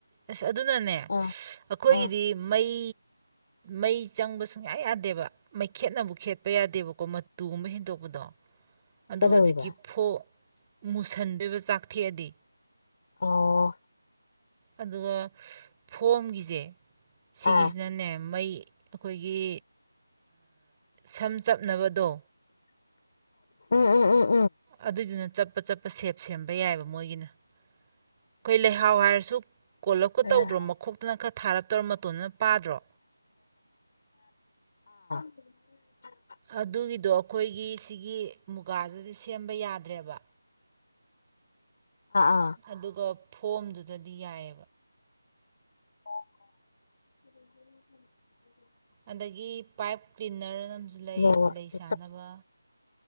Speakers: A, on the right; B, on the left.
A: ꯑꯁ ꯑꯗꯨꯅꯅꯦ
B: ꯑꯥ
A: ꯑꯩꯈꯣꯏꯒꯤꯗꯤ
B: ꯑꯥ
A: ꯃꯩ ꯃꯩ ꯆꯪꯕ ꯁꯨꯡꯌꯥ ꯌꯥꯗꯦꯕ ꯃꯩꯈꯦꯠꯕꯨ ꯈꯦꯠꯄ ꯌꯥꯗꯦꯕꯀꯣ ꯃꯇꯨꯒꯨꯝꯕ ꯍꯦꯟꯗꯣꯛꯄꯗꯣ ꯑꯗꯣ
B: ꯀꯩꯗꯧꯋꯤꯕ
A: ꯍꯧꯖꯤꯛꯀꯤ ꯐꯣ ꯃꯨꯁꯟꯗꯣꯏꯕ ꯆꯥꯛꯊꯦꯛꯑꯗꯤ
B: ꯑꯣ
A: ꯑꯗꯨꯒ ꯐꯣꯝꯒꯤꯁꯦ ꯁꯤꯒꯤꯁꯤꯅꯅꯦ
B: ꯑꯥ
A: ꯃꯩ ꯑꯩꯈꯣꯏꯒꯤ ꯁꯝ ꯆꯞꯅꯕꯗꯣ
B: ꯎꯝ ꯎꯝ ꯎꯝ
A: ꯑꯗꯨꯏꯗꯨꯅ ꯆꯠꯄ ꯆꯠꯄ ꯁꯦꯞ ꯁꯦꯝꯕ ꯌꯥꯏꯑꯕ ꯃꯣꯏꯒꯤꯅ ꯑꯩꯈꯣꯏ ꯂꯩꯍꯥꯎ ꯍꯥꯏꯔꯁꯨ ꯀꯣꯜꯂꯞꯀ
B: ꯑꯥ
A: ꯇꯧꯗ꯭ꯔꯣ ꯃꯈꯣꯛꯇꯅ ꯈꯔ ꯊꯥꯔꯞꯇꯧꯔ ꯃꯇꯣꯟꯗꯅ ꯄꯥꯗ꯭ꯔꯣ
B: <inaudible>
A: ꯑꯗꯨꯒꯤꯗꯣ ꯑꯩꯈꯣꯏꯒꯤ ꯑꯩꯒꯤ ꯃꯨꯒꯥꯁꯤꯗꯤ ꯁꯦꯝꯕ ꯌꯥꯗ ꯗ꯭ꯔꯦꯕ
B: ꯑꯥ
A: ꯑꯗꯨꯒ ꯐꯣꯝꯗꯨ ꯃꯗꯤ ꯌꯥꯏ
B: <inaudible>
A: ꯑꯗꯒꯤ ꯄꯥꯏꯞ ꯀ꯭ꯂꯤꯟꯅꯔꯅ ꯖꯤ ꯂꯩ
B: ꯅꯦꯠꯋꯥꯛꯁꯦ
A: ꯂꯩ ꯁꯥꯟꯅꯕ